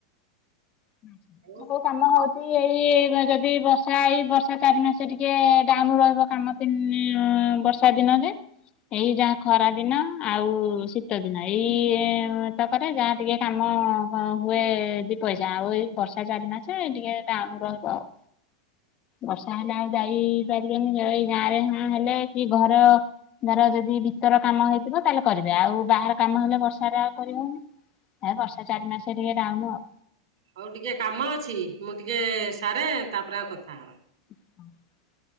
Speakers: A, on the left; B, on the right.
A: ହୁଁ।
B: ବହୁ
A: ଯଉ କାମ ହଉଚି, ଏଇ ଯଦି ବର୍ଷା, ଏଇ ବର୍ଷା ଚାରି ମାସେ ଟିକେ ଡାଉନ ରହିବ କାମ। <unintelligible> ବର୍ଷା ଦିନରେ, ଏଇ ଯାହା ଖରା ଦିନ ଆଉ ଶୀତ ଦିନ, ଏଇ ତକରେ ଯାହା ଟିକେ କାମ ହୁଏ ଦି ପଇ ଯାଉ ଏଇ ବର୍ଷା ଚାରି ମାସେ, ଟିକେ ଡାଉନୁ ରହିବ ଆଉ। ବର୍ଷା ହେଲେ ଆଉ ଯାଇ ପାରିବେନି, ଏଇ ଗାଁ ରେ ହଁ ହେଲେ, କି ଘର ଧର ଯଦି ଭିତର କାମ ହେଇଥିବ, ତାହେଲେ କରିବେ, ଆଉ ବାହାର କାମ ହେଲେ ବର୍ଷା ରେ ଆଉ କରି ହଉନି। ଆ, ବର୍ଷା ଚାରି ମାସେ ଟିକେ ଡାଉନୁ ଆଉ।
B: ହଉ ଟିକେ କାମ ଅଛି, ମୁଁ ଟିକେ ସାରେ, ତାପରେ ଆଉ କଥା ହବା।
A: <unintelligible>